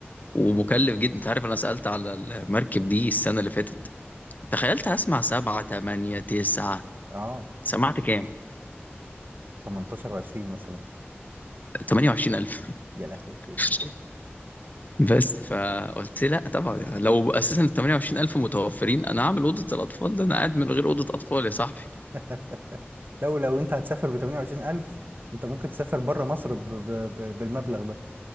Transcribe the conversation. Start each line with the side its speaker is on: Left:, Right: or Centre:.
Left: ومكلف جدا أنت عارف أنا سألت على المركب دي السنة اللي فاتت تخيلت هسمع سبعة تمانية تسعة
Right: آه
Left: سمعت كام؟
Right: 18 و20 مثلا
Left: 28000
Right: يا لهوي
Left: <laughs>
Right: تاني
Left: بس فقلت لا طبعا يعني لو اساسا ال 28000 متوفرين انا هعمل اوضه الاطفال ده انا قاعد من غير اوضه اطفال يا صاحبي
Right: <laughs> لو لو أنت هتسافر ب 28000 أنت ممكن تسافر بره مصر ب... ب... ب... بالمبلغ ده